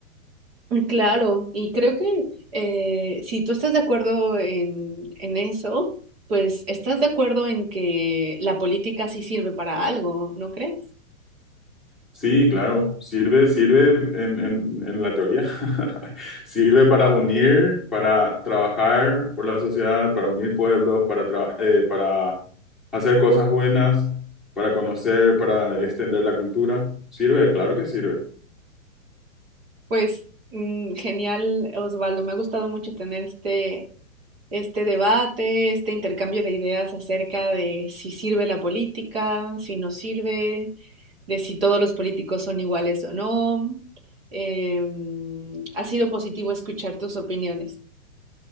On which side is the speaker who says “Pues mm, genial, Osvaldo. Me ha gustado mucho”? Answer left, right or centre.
Right